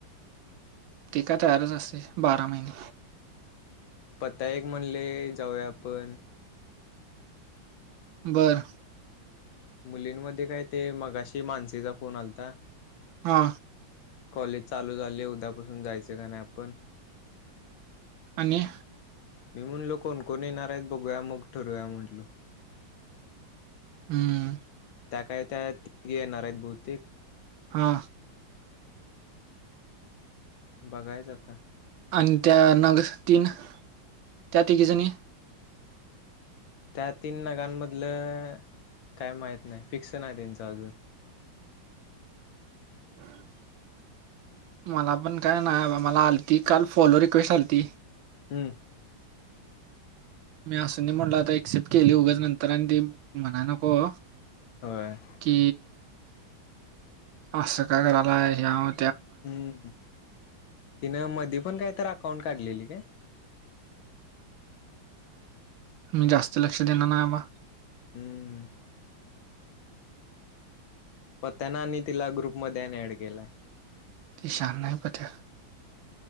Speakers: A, on the right (about 80°); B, on the left (about 80°).
A: ती का तयारच असते बारा महिने
B: पता एक म्हणले जाऊया आपण
A: बरं
B: मुलींमध्ये काय ते मगाशी मानसेचा फोन आलता
A: हा
B: कॉलेज चालू झाली उद्यापासून जायचं का नाही आपण
A: आणि
B: मी म्हणलो कोणकोण येणार आहेत बघूया मग ठरूया म्हंटल
A: हम्म
B: त्या काय त्या तिघे येणार आहेत बहुतेक
A: हा.
B: बघायचं आता.
A: आणि त्या नग तीन त्या तिघिजणी.
B: त्या तीन नगांमधलं काय माहीत नाही फिक्स नाही त्यांचं अजून.
A: हम. मला पण काय ना मला आलती काल फॉलो रिक्वेस्ट आलती.
B: हम्म.
A: मी असून म्हटलो आता एक्सेप्ट केली उगच नंतर आणि ते म्हणाय नको.
B: व्हय.
A: कि अस काय करालाय ह्यांव.
B: हम्म तिनं मधी पण काय तर अकाउंट काढलेली काय?
A: मी जास्त लक्ष देणार नाहीबा.
B: हम्म पत्यांना आणि तिला ग्रुप मदे आणि ऍड केलाय.
A: ते शान नाही पत्या.